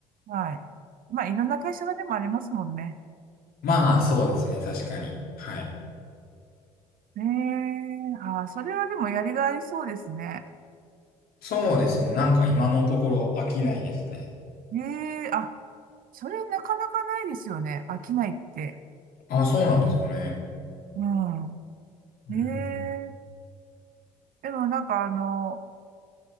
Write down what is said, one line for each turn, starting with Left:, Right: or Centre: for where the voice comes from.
Right: はい。まあ、いろんな会社がでもありますもんね。
Left: まあ、そうですね。確かに。はい。
Right: ねえ、あー、それはでもやりがいありそうですね。
Left: そうですね。なんか今のところ飽きないですね。
Right: ええあそれなかなかないですよね。飽きないって。
Left: あ、そうなんですかね。
Right: う
Left: うん。
Right: ん。ええでもなんかあの、